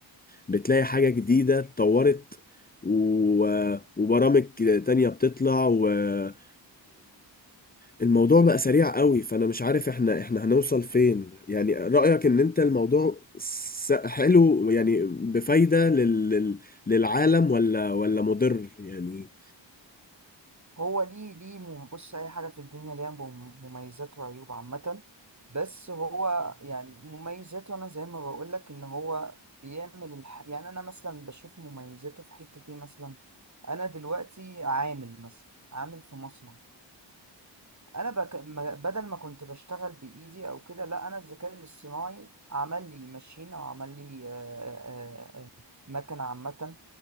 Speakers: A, on the left; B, on the right.
A: بتلاقي حاجة جديدة اتطورت و... وبرامج تانية بتطلع ويعني الموضوع بقى سريع قوي فانا مش عارف احنا احنا هنوصل فين يعني رأيك ان انت الموضوع س- حلو يعني بفايدة لل... لل- للعالم ولا ولا مضر يعني
B: هو ليه ليه مم- بص أي حاجة في الدنيا ليها مم- مميزات وعيوب عامة بس هو يعني مميزاته أنا زي ما بقولك إن هو بيعمل الح... يعني أنا مثلا بشوف مميزاته في حتة إيه مثلا أنا دلوقتي عامل مثلا عامل في مصنع أنا بك... ما- بدل ما كنت بشتغل بإيدي أو كده لا أنا الذكاء الاصطناعي عمل لي ماشين أو عمل لي آه، آه، آه، مكنة عامة